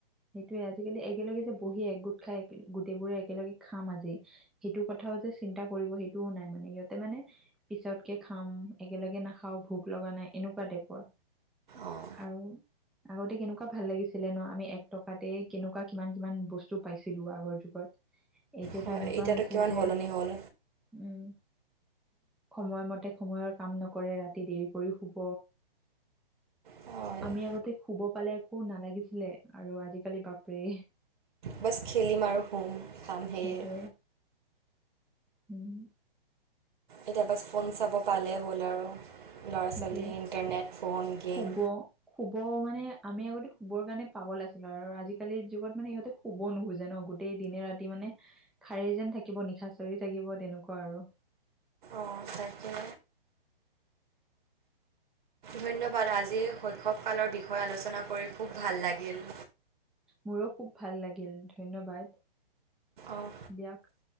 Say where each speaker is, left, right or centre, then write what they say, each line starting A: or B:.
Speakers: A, in the centre; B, on the right.
A: সেইটোৱে আজিকালি একেলগে যে বহি একগোট খাই গোটেইবোৰে একেলগে খাম আজি সেইটো কথাও যে চিন্তা কৰিব সেইটোও নাই। মানে সিহঁতে মানে পিছতকে খাম একেলগে নাখাওঁ ভোক লগা নাই। এনেকুৱা টাইপৰ
B: অঁ
A: আৰু আগতে কেনেকুৱা ভাল লাগিছিলে ন আমি টকাতে কেনেকুৱা কিমান -কিমান বস্তু পাইছিলো। আগৰ যুগত। এতিয়াতো
B: হয়
A: এনেকুৱা
B: এতিয়াতো
A: হৈছে
B: কিমান
A: যে-
B: সলনি হ'ল
A: উ'ম সময়মতে সময়ৰ কাম নকৰে ৰাতি দেৰি কৰি শুব।
B: হয়
A: আমি আগতে শুব পালে একো নালাগিছিলে। আৰু আজিকালি বাপৰে।
B: বাছ খেলিম আৰু শুম, খাম সেয়ে।
A: সেইটোৱে উ'ম।
B: এতিয়া বাছ ফোন চাব পালেই হ'ল আৰু ল'ৰা
A: সেইটোৱে
B: ছোৱালী ইণ্টাৰনেট ফোন গেম
A: শুব- শুব মানে আমি আগতে শুবৰ কাৰণে পাগল আছিলো। আৰু আজিকালিৰ যুগত মানে সিহঁতে শুব নোখোজে ন। গোতেই দিনে -ৰাতি মানে সাৰেই যেন থাকিব নিশাচৰে থাকিব। তেনেকুৱা আৰু
B: অঁ তাকে ধন্যবাদ আজি শৈশৱকালৰ বিষয়ে আলোচনা কৰি খুব ভাল লাগিল।
A: মোৰো খুব ভাল লাগিল। ধন্যবাদ
B: অঁ
A: দিয়ক।